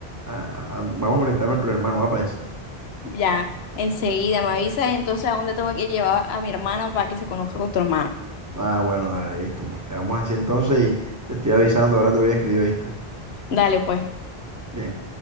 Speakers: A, on the right; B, on the left.
A: a- a- vamos a presentar a nuestro hermano, ¿va para eso?
B: ya, enseguida me avisas entonces a dónde tengo que llevar a mi hermana para que se conozca con tu hermano.
A: Ah, bueno, dale, listo, pues quedamos así entonces y te estoy avisando, ahora te voy a escribir, ¿viste?
B: Dale, pues.
A: Bien.